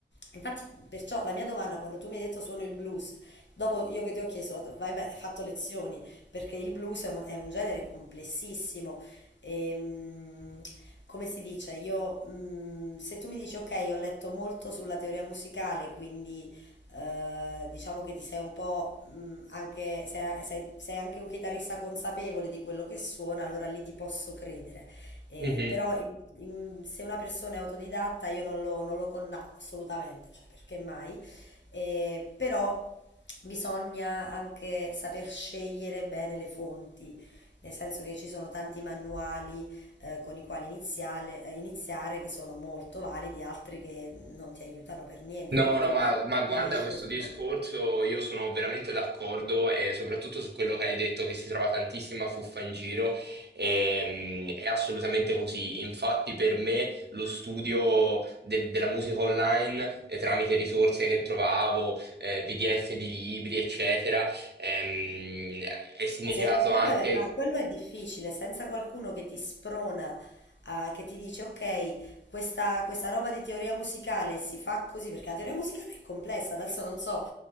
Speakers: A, on the left; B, on the right.
A: Infatti, perciò la mia domanda quando tu mi hai detto suono il blues, dopo io che ti ho chiesto, ho detto, vai beh, hai fatto lezioni, perché il blues è un, è un genere complessissimo. E, mm, come si dice, io mm, se tu mi dici ok, ho letto molto sulla teoria musicale, quindi eh, diciamo che ti sei un po' mm, anche, sei, sei- sei anche un chitarrista consapevole di quello che suona, allora lì ti posso credere. Eh,
B: Mhm.
A: però in- in- se una persona è autodidatta io non lo, non lo condanno assolutamente, cioè perché mai? Eh, però bisogna anche saper scegliere bene le fonti, nel senso che ci sono tanti manuali eh, con i quali iniziale- eh, iniziare che sono molto validi, altri che non ti aiutano per niente,
B: No,
A: quindi
B: no,
A: tu
B: ma, ma guarda
A: magari hai scelto...
B: questo discorso, io sono veramente d'accordo e soprattutto su quello che hai detto che si trova tantissima fuffa in giro, ehm, è assolutamente così. Infatti per me lo studio de- della musica online eh, tramite risorse che trovavo, eh, PDF di libri, eccetera, ehm, è significato
A: Ma sai, eh, vabbè,
B: anche...
A: ma quello è difficile, senza qualcuno che ti sprona, a- che ti dice ok, questa, questa roba di teoria musicale si fa così, perché la teoria musicale è complessa, adesso non so,